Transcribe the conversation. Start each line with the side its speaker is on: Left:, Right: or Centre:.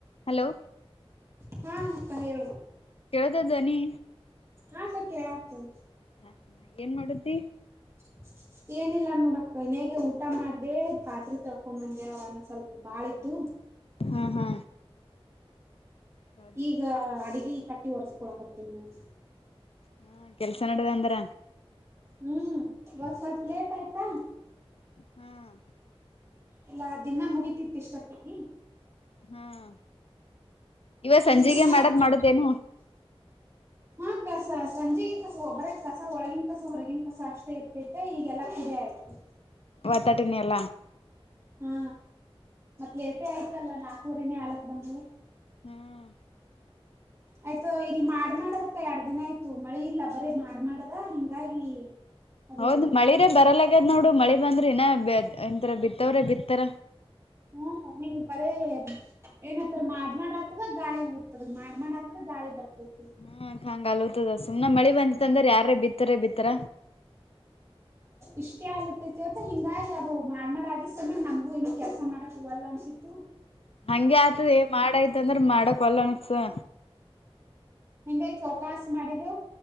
Left: Hello
Right: ಹಾ ಅಕ್ಕಾ ಹೇಳು
Left: ಕೇಳತದ್ದ ಧ್ವನಿ
Right: ಹಾ ಅಕ್ಕಾ ಕೆಳಾಕತ್ತೈತಿ
Left: ಹ್ಮ ಏನ್ ಮಾಡುತಿ
Right: <unintelligible> ಏನಿಲ್ಲ ನೋಡ ಅಕ್ಕ ಇನೇಗ ಊಟ ಮಾಡ್ದೆ ಪಾತ್ರೆ ತಳ್ಕೊಂಬಂದೆ ಒಂದ್ ಸ್ವಲ್ಪ ಬಾಳ್ದು
Left: ಹಾ ಹಾ ಹೌದು
Right: ಈಗ ಅ ಅಡಗಿ ಕಟ್ಟಿ ಒರ್ಸ್ಕೊಳಕತ್ತನ್ ನೋಡ
Left: ಹಾ ಕೆಲ್ಸ ನಡದ ಅಂದ್ರ
Right: ಹ್ಮ್ ಇವತ್ತು ಸ್ವಲ್ಪ ಲೇಟ್ ಆಯ್ತಾ
Left: ಹ್ಮ್
Right: ಎಲ್ಲಾ ದಿನಾ ಮುಗಿತಿತ ಇಷ್ಟೊತ್ತಿಗಿ
Left: ಹ್ಮ ಇವತ್
Right: ನೀವೇನ್
Left: ಸಂಜೆಗೆ
Right: ಮಾಡ
Left: ಮಾಡದ್ ಮಾಡುದೇನು
Right: ಹಾ ಕಸ ಸಂಜೆೆಗೆ ಕಸ ಒಬ್ಬರ ಕಸ ಒಳಗನ್ ಕಸ ಹೊರಗನ್ ಕಸ ಅಷ್ಟೇ ಇರ್ತೈತೆ ಈಗೆಲ್ಲಾ ಕುಡೆ ಆಯ್ತು
Left: ಒತ್ತಾಟಿನಿ ಎಲ್ಲಾ
Right: ಹಾ ಮತ್ ಲೇಟೆ ಆಯ್ತಲ್ಲ ನಾಲ್ಕೂರಿನೇ ಆಗಲಕ್ ಬಂದದ್
Left: ಹ್ಮ್
Right: ಆಯ್ತಾ ಇಲ್ಲಿ ಮಾಡದಕ್ಕ ಎರಡ್ ದಿನ ಆಯ್ತು ಮಳಿ ಇಲ್ಲ ಬರೀ ಮಾಡ್ ಮಾಡದ ಹಿಂಗಾಗಿ ಅದು
Left: ಹೌದ್ ಮಳಿರೇ ಬರಲಗದ್ ನೋಡು ಮಳಿ ಬಂದ್ರಿ ಇನ್ನ ಎಂತರ ಬಿತ್ತವ್ರೆ ಬಿತ್ತಾರ
Right: ಹ್ಮ ನೀ ಹಿಂಗ್ ಬರೇ ಏನತ್ತರ ಮಾಡ್ ಮಾಡ ಆತ್ ಗಾಳಿ ಊ್ತದ ಮಾಡ್ ಆತ್ದ ಗಾಳಿ ಬರ್ತೈತಿ
Left: ಹಾ ಹಂಗ ಆಗಲತ್ದ ಸುಮ್ನೆ ಮಳಿ ಬಂದಿತ್ತ ಅಂದ್ರ ಯಾರೇ ಬಿತ್ತರೆ ಬಿತ್ತಾರ
Right: ಇಷ್ಟೇ ಆಲತೈತಿವತ್ತ ಹಿಂಗಾಗಿ ಅದು ಮಾಡ್ ಮಾಡ್ ಆಗಿಸ್ತೇ ನಮಗೂ ಏನ ಕೆಲ್ಸ ಮಾಡಕ್ ಒಲ್ಲ್ ಅನ್ಸ ಹ
Left: ಹಂಗೆ ಆತೆದ ಮಾಡ ಆಯ್ತಂದ್ರ ಮಾಡಕ್ ವಲ್ ಅನ್ಸತ್ತದ
Right: ಹಿಂಗಾಗಿ ಸವಕಾಸ ಮಾಡಿದ್ದೆವು